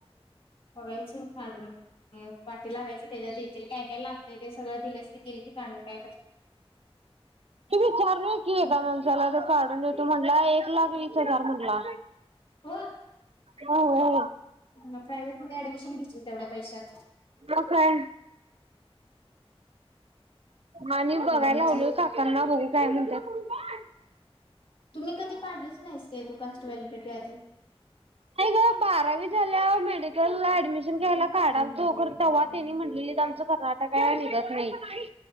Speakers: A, on the left; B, on the right.
A: बघायचं काडून वाटी लागायचं त्याच्या देथतील काय काय लागतय ते सगळं दिलंस. किती कि काढून काय कर.
B: तू विचार न की ए माणसाला ते काढून देतो म्हणला एक लाख वीस हजार म्हणला.
A: हो
B: हो ये.
A: मग प्रायव्हेट मध्ये ऍडमिशन घेशील तेवढ्या पैशात
B: ह काय? आणि नी बघायल
A: अवघडच आहे
B: काका ह बघू काय म्हणतात.
A: तुम्ही कधी पाडलेच नाहीस का कास्ट व्हॅलेडीटी आदी
B: नाही ग बारावी झाल्या मेडिकलला ऍडमिशन घ्यायला कार्डाच उतो. त्यांनी म्हणलेली आमचं आता काय निघत नाही